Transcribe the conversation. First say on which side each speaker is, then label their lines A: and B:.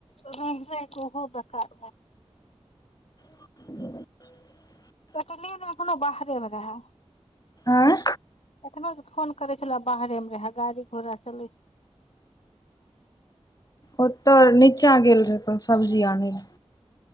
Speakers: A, on the left; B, on the left.
A: रहै रहै उहो बेकार
B: ह
A: त ने एखनो बाहरे मे रहै
B: आँय
A: एखनो फोन करे छले बाहरे मे रहे गाड़ी घोड़ा चलै छल
B: ओतो नीचाँ गेल रहे कोनो सब्जी आनय ले